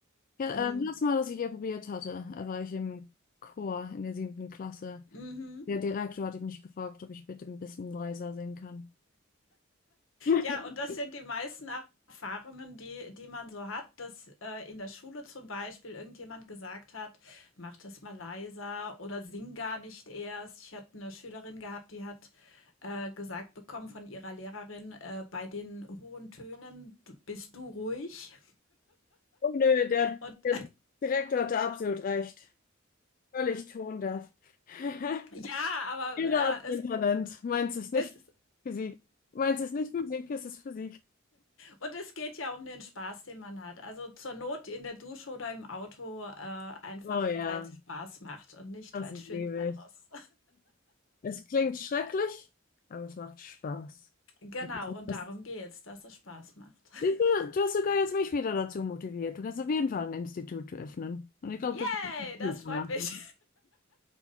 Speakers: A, on the left; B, on the left.
A: Ja,
B: Mhm.
A: ähm, das Mal, was ich hier probiert hatte, äh, war ich im Chor in der siebten Klasse.
B: Mhm.
A: Der Direktor hatte mich gefragt, ob ich bitte ein bisschen leiser singen kann. <laughs>
B: Ja, und das sind die meisten Erfahrungen, die, die man so hat, dass äh, in der Schule zum Beispiel irgendjemand gesagt hat, mach das mal leiser oder sing gar nicht erst. Ich hatte eine Schülerin gehabt, die hat äh, gesagt bekommen von ihrer Lehrerin, äh, bei den hohen Tönen bist du ruhig.
A: Oh nö, der,
B: Und
A: der Direktor hatte absolut recht. Völlig tondeaf. <laughs>
B: <laughs> ja, aber
A: Jeder hat
B: äh,
A: sein
B: es
A: Talent. <laughs> Meins ist nicht
B: es,
A: Physik. Meins ist nicht Musik, es ist Physik.
B: und es geht ja um den Spaß, den man hat. Also zur Not in der Dusche oder im Auto äh, einfach,
A: Oh ja,
B: weil es Spaß macht und nicht,
A: das
B: weil es schön
A: liebe
B: sein
A: ich.
B: muss.
A: Es klingt schrecklich, aber es macht Spaß.
B: Genau, und
A: Das,
B: darum geht's, dass es Spaß macht. <laughs>
A: ich, du du hast sogar jetzt mich wieder dazu motiviert. Du kannst auf jeden Fall ein Institut öffnen. Und ich glaube,
B: Yay,
A: du wirst es
B: das
A: super
B: freut
A: machen.
B: mich.